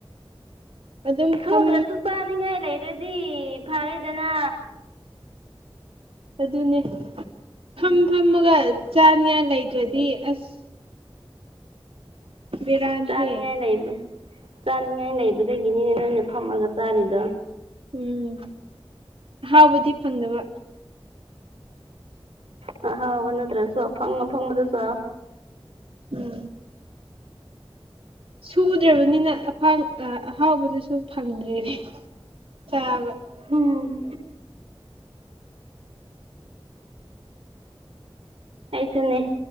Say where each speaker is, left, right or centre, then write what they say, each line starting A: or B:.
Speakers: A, on the right; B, on the right.
A: ꯑꯗꯨꯝ
B: ꯁꯨꯗ꯭ꯔꯁꯨ
A: ꯐꯝ
B: ꯆꯥꯅꯤꯡꯉꯥꯏ ꯂꯩꯔꯗꯤ ꯐꯔꯦꯗꯅ
A: ꯑꯗꯨꯅꯦ ꯐꯝ ꯐꯝꯃꯒ ꯆꯥꯅꯤꯉꯥꯏ ꯂꯩꯇ꯭ꯔꯗꯤ ꯑꯁ ꯕꯦꯔꯥꯅꯤꯍꯦ
B: ꯆꯥꯅꯤꯡꯉꯥꯏ ꯂꯩꯕ ꯆꯥꯅꯤꯡꯉꯥꯏ ꯂꯩꯕꯗꯒꯤꯅꯤꯅꯦ ꯅꯣꯏꯅ ꯐꯝꯃꯒ ꯆꯥꯔꯤꯗꯣ
A: ꯎꯝ ꯑꯍꯥꯎꯕꯗꯤ ꯐꯪꯗꯕ
B: ꯎꯝ ꯑꯍꯥꯎꯕ ꯅꯠꯇ꯭ꯔꯁꯨ ꯑꯐꯪ ꯑꯐꯪꯕꯗꯨ ꯆꯥꯎ
A: ꯎꯝ ꯁꯨꯗ꯭ꯔꯕꯅꯤꯅ ꯑꯐꯪ ꯑꯍꯥꯎꯕꯗꯨꯁꯨ ꯐꯪꯗ꯭ꯔꯦꯅꯦ ꯆꯥꯕ
B: ꯍꯨꯝ ꯁꯤꯟꯅꯦ